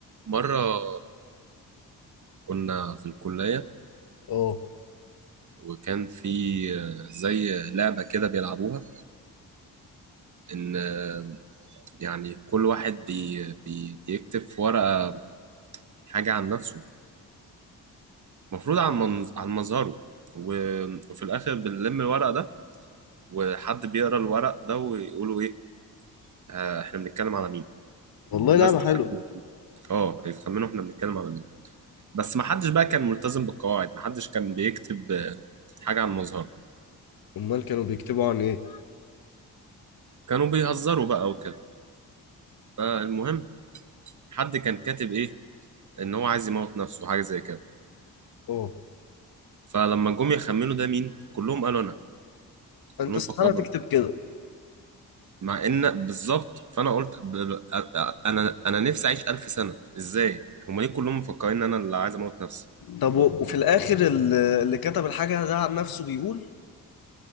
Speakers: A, on the right; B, on the left.
A: مرة كنا في الكلية
B: اه
A: وكان في آه، زي لعبة كده بيلعبوها إن آه، يعني كل واحد بي بي بيكتب في ورقة حاجة عن نفسه المفروض عن منظ عن مظهره و- وفي الآخر بنلم الورق ده وحد بيقرأ الورق ده ويقولوا إيه آه، إحنا بنتكلم على مين
B: والله
A: الناس
B: لعبة
A: تخمن
B: حلوة
A: اه يخمنوا احنا بنتكلم على مين بس ما حدش بقى كان ملتزم بالقواعد ما حدش كان بيكتب آه، حاجة عن مظهره
B: امال كانوا بيكتبوا عن ايه
A: كانوا بيهزروا بقى وكده فالمهم حد كان كاتب ايه ان هو عايز يموت نفسه حاجه زي كده
B: اه
A: فلما جم يخمنوا ده مين كلهم قالوا انا
B: انت
A: كلهم
B: استحالة
A: فكروا
B: تكتب
A: انا
B: كده
A: مع ان بالظبط فانا قلت ب... ب... أ- انا انا نفسي اعيش الف سنه ازاي هم ليه كلهم مفكرين ان انا اللي عايز اموت نفسي
B: طب و- وفي الاخر ال- اللي كتب الحاجة ده عن نفسه بيقول